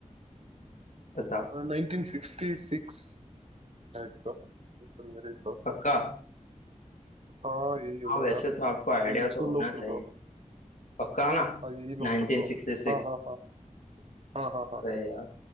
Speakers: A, on the left; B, on the right.
A: बताओ
B: नाइनटीन सिक्सटी सिक्स है इसका उत्तर मेरे हिसाब
A: पक्का
B: से हाँ यही होगा
A: हाँ वैसे
B: यार
A: तो आपको आइडिया
B: ए, इसको
A: तो होना
B: लॉक
A: चाहिए
B: कर दो आप।
A: पक्का ना
B: हाँ यही लॉक
A: 1966
B: कर दो आप। हाँ हाँ हाँ हाँ हाँ
A: अरे
B: हाँ
A: यार